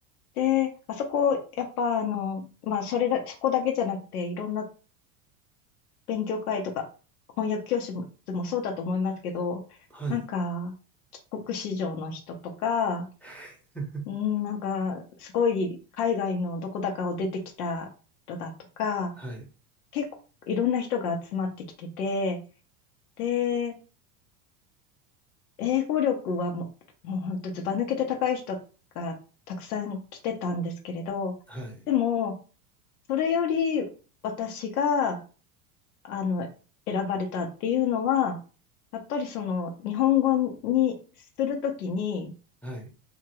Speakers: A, on the left; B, in the centre.
A: で、あそこ、やっぱあの、まあ、それだ、そこだけじゃなくて、いろんな勉強会とか、翻訳教室もそうだと思いますけど、
B: はい、
A: なんか、帰国子女の人とか、
B: <laughs>
A: うん、なんか、すごい海外のどこだかを出てきた人だとか、
B: はい、
A: 結構いろんな人が集まってきてて、で、英語力はもう、もう本当ずば抜けて高い人がたくさん来てたんですけれど、
B: はい、
A: でも、それより私が、あの、選ばれたっていうのは、やっぱりその、日本語にするときに、
B: はい、